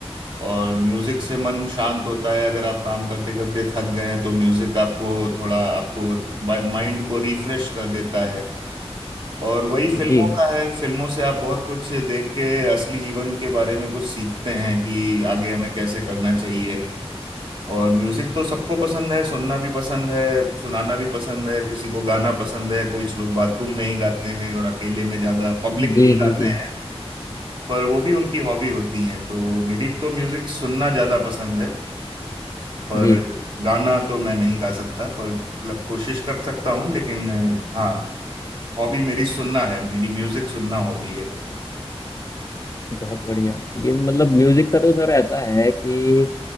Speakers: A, on the right; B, on the left.
A: और म्यूजिक से मन शांत होता है अगर आप काम करते करते थक गए हैं तो म्यूजिक आपको थोड़ा आपको माइंड को रिफ्रेश कर देता है और वही फिल्मों
B: जी
A: का है फिल्मों से आप बहुत कुछ देख के असली जीवन के बारे में कुछ सीखते हैं कि आगे हमें कैसे करना चाहिए और म्यूजिक तो सबको पसंद है सुनना भी पसंद है सुनाना भी पसंद है किसी को गाना पसंद है कुछ लोग बाथरूम में ही गाते हैं और अकेले में ज्यादा पब्लिक
B: जी
A: में ही
B: जी
A: गाते
B: जी
A: हैं पर वो भी उनकी हॉबी होती है तो मेरी तो म्यूजिक सुनना ज्यादा पसंद है पर
B: जी
A: गाना तो मैं नहीं गा सकता पर मतलब कोशिश कर सकता हूँ लेकिन अ, हाँ हॉबी मेरी सुनना है मेरी म्यूजिक सुनना हॉबी है
B: बहुत बढ़िया ये मतलब म्यूजिक का तो सर ऐसा है कि